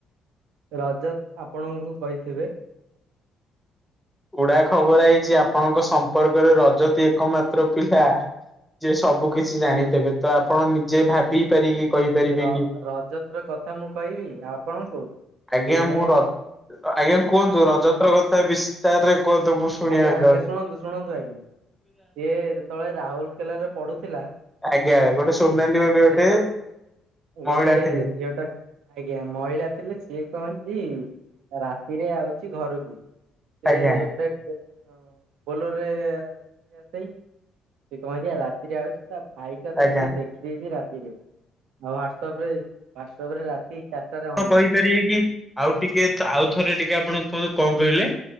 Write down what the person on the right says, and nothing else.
ରଜତ୍ ଆପଣଙ୍କୁ କହିଥିବେ।
ର
ରଜତ୍ ର କଥା ମୁଁ କହିବି ଆପଣଙ୍କୁ।
ଦିନେ
ଆଜ୍ଞା ଆଜ୍ଞା
ଶୁଣନ୍ତୁ ଶୁଣନ୍ତୁ ଆଜ୍ଞା ସିଏ ଯେତେବେଳେ ରାହୁଲ କେଲାରେ ପଢୁଥିଲା।
ସେତ
ଗୋଟେ
ଝିଅ ଟା ଆଜ୍ଞା ମହିଳା ଥିଲେ ସିଏ କଣ ହେଇଛି ରାତିରେ ଆଉଚି ଘରକୁ। ସେ
ଏଇଟି <inaudible> ବୋଲରରେ ଇଏ ଆସଇ ଭିକ ମାଗିଆ ରାତିରେ ଆଉଛି। ତା ଭାଇ ଟା ତାକୁ
ଟିକେ ଦେଖିଦେଇଛି ରାତିରେ ଆଉ ହ୍ଵାଟ୍ସପ୍ ରେ ହ୍ଵାଟ୍ସପ୍ ରେ ରାତି ଚାରିଟାରେ ଅନଲାଇନ